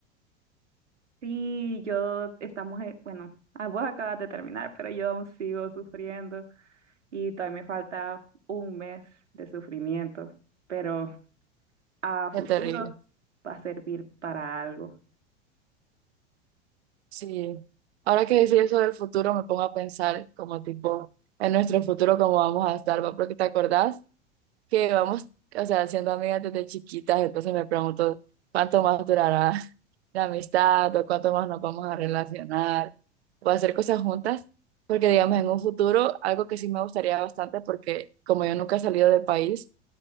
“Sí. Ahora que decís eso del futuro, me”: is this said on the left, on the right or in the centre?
Right